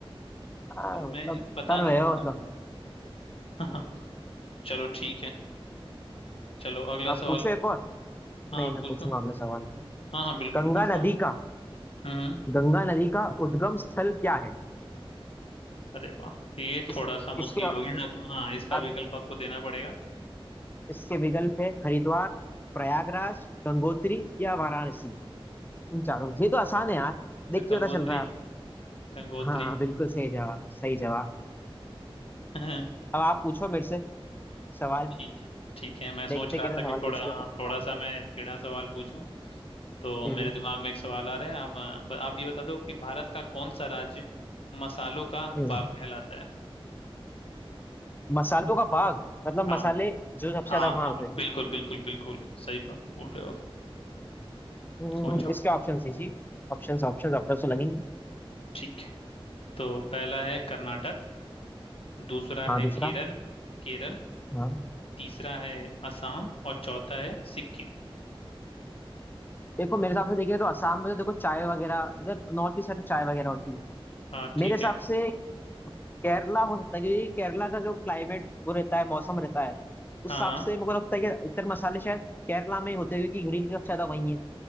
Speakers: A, on the left; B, on the left.
A: आ,
B: फिर
A: मतलब
B: मैं पता
A: कर
B: नहीं
A: रहे हो
B: पता
A: मतलब
B: हाँ हाँ चलो ठीक है चलो अगला
A: आप
B: सवाल
A: पूछो एक और
B: हाँ
A: नहीं
B: हाँ
A: मैं
B: पूछो
A: पूछूंगा अगला सवाल भी।
B: हाँ हाँ बिल्कुल
A: गंगा
B: पूछो
A: नदी
B: आप
A: का
B: हम्म हम्म।
A: गंगा नदी का उद्गम स्थल क्या है
B: अरे वाह ये
A: इस
B: थोड़ा सा मुश्किल
A: इसके
B: हो गया अब हाँ इसका
A: अब
B: विकल्प आपको देना पड़ेगा
A: इसके विकल्प है हरिद्वार प्रयागराज गंगोत्री या वाराणसी इन चारों में से। ये तो आसान है यार देख के
B: गंगोत्री
A: पता चल रहा है आप
B: गंगोत्री
A: हाँ हाँ, बिल्कुल सही जवाब सही जवाब
B: <laughs> अच्छा,
A: अब आप पूछो मेरे से सवाल
B: ठीक है ठीक है मैं सोच
A: देखते
B: रहा
A: हैं कैसे
B: था कि
A: सवाल
B: थोड़ा
A: पूछते
B: हाँ
A: हो
B: थोड़ा सा मैं टेढ़ा सवाल पूछूं तो
A: हम्म,
B: मेरे दिमाग में एक सवाल आ रहा है आप अ, ब- आप ये बता दो कि भारत का कौन सा राज्य मसालों का बाग
A: हम्म।
B: कहलाता है
A: मसालों का बाग मतलब
B: हाँ
A: मसाले जो सबसे
B: हाँ
A: ज्यादा वहां
B: हाँ
A: पे
B: बिल्कुल बिल्कुल बिल्कुल सही बात बोल रहे हो आप
A: हम्म,
B: सोचो
A: इसके ऑप्शन है जी ऑप्शन ऑप्शन ऑप्शन तो लगेंगे
B: ठीक है तो पहला है कर्नाटक दूसरा
A: हाँ
B: है
A: दूसरा
B: केरल केरल
A: हाँ
B: तीसरा है असम और चौथा है सिक्किम
A: देखो मेरे हिसाब से देखिए तो असम में तो देखो चाय वगैरह इधर नॉर्थ ईस्ट है तो चाय वगैरह होती है
B: हाँ ठीक
A: मेरे हिसाब
B: है
A: से केरला हो सकता है क्योंकि केरला का जो क्लाइमेट वो रहता है मौसम रहता है
B: हाँ
A: उस हिसाब
B: हाँ
A: से मेरे को लगता है कि इतर मसाले शायद केरला में ही होते हैं क्योंकि ग्रीन टी सबसे ज्यादा वही है